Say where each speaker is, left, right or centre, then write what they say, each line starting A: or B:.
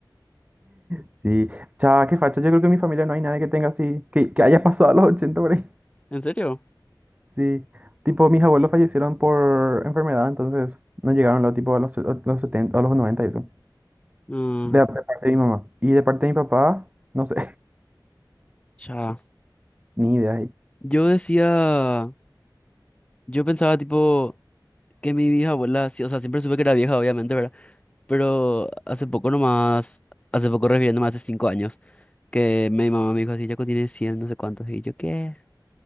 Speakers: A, on the right; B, on the left.
A: Sí. Chava, qué facha. Yo creo que en mi familia no hay nadie que tenga así, que, que haya pasado a los 80, por ahí.
B: <laughs> ¿En serio?
A: Sí. Tipo, mis abuelos fallecieron por enfermedad, entonces no llegaron lo, tipo, a los, se- a los 70, a los 90 y eso.
B: Mm,
A: De, de parte de mi mamá. Y de parte de mi papá, no sé,
B: ya.
A: <laughs> ni idea.
B: Yo decía... Yo pensaba, tipo, que mi vieja abuela... sí, o sea, siempre supe que era vieja, obviamente, ¿verdad? Pero hace poco nomás, hace poco refiriéndome hace cinco años, que mi mamá me dijo así, Yaco tiene 100 no sé cuántos, y yo, ¿qué?